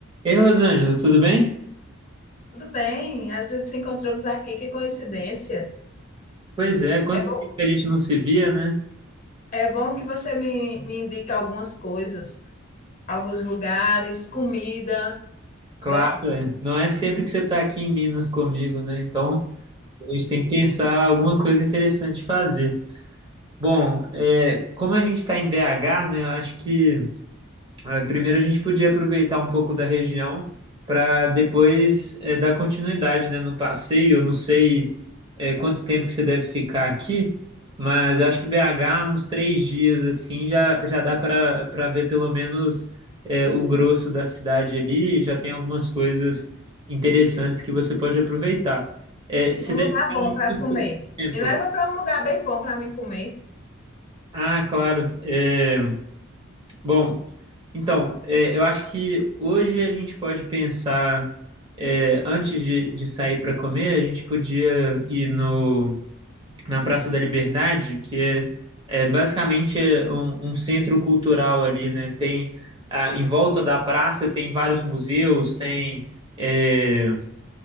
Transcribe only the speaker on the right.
Ei, Rosângela, tudo bem?
Pois é, quanto
tempo que a gente não se via, né?
Claro,
é. não é sempre que você está aqui em Minas comigo, né? Então, a gente tem que pensar alguma coisa interessante de fazer. Bom, é, como a gente está em BH, né? Eu acho que É, Primeiro a gente podia aproveitar um pouco da região para depois é, dar continuidade, né, no passeio. Eu não sei é, quanto tempo que você deve ficar aqui, mas acho que BH uns três dias assim já, já dá para para ver pelo menos é, o grosso da cidade ali. e Já tem algumas coisas interessantes que você pode aproveitar. É, você
deve
ficar
aí
muito
pouco tempo.
Ah, claro. Eh, Bom, então, é, eu acho que hoje a gente pode pensar, é, antes de, de sair para comer, a gente podia ir no, na Praça da Liberdade, que é, é basicamente é um, um centro cultural ali, né? Tem, ah, em volta da praça tem vários museus, tem é,